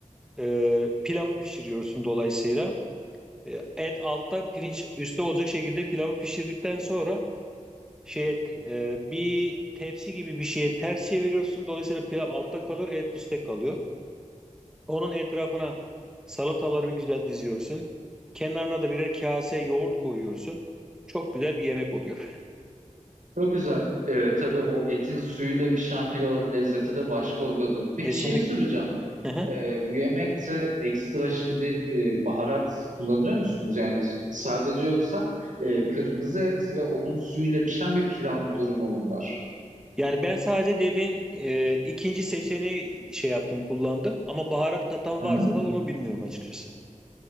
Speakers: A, in the centre; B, on the right.
A: Ee, pilavı pişiriyorsun dolayısıyla. Ee, et altta pirinç üstte olacak şekilde pilavı pişirdikten sonra şey et, e, bir tepsi gibi bir şeye ters çeviriyorsun. Dolayısıyla pilav altta kalır, et üstte kalıyor. Onun etrafına salataları bir güzel diziyorsun. Kenarına da birer kase yoğurt koyuyorsun. Çok güzel bir yemek oluyor.
B: Çok güzel. E, tabii o etin suyuyla pişen pilavın lezzeti de başka oluyordur.
A: <laughs>
B: Peki
A: Kesinlikle.
B: şey soracağım.
A: Hı hı.
B: Ee, bu yemekte ekstra şimdi e, baharat kullanıyor musunuz? Yani sadece yoksa e, kırmızı et ve onun suyuyla pişen bir pilav durumu mu var?
A: Yani ben sadece dediğin e, ikinci seçeneği şey yaptım, kullandım. Ama baharat katan
B: Hı
A: varsa
B: hı.
A: da onu bilmiyorum açıkçası.